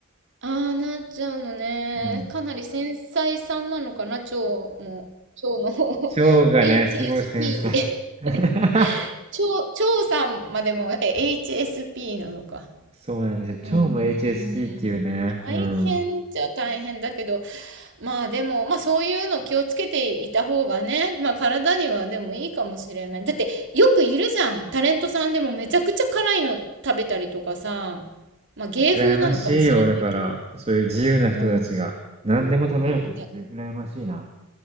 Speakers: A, on the right (about 60°); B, on the right (about 30°).
A: ああ、なっちゃうのね。
B: うん。
A: かなり繊細さんなのかな、腸も。腸の方
B: 腸がね、
A: <laughs> エイチエスピー。
B: すごい繊細。<laughs>
A: <laughs> HSP。ち腸さんまでも、え、HSP なのか。
B: そうなんですよ。
A: うーん、
B: 腸も HSP っていうね。
A: 大変じちゃ大変だけど、
B: うん。
A: まあでも、まあそういうの気をつけていた方がね、まあ体にはでもいいかもしれない。だってよくいるじゃん。タレントさんでもめちゃくちゃ辛いの食べたりとかさ、まあ芸風なのかもしれないけど。
B: 羨ましいよ。だから、そういう自由な人たちが。
A: うー
B: 何でも食べれる人たち、
A: ん。だ
B: 羨ましいな。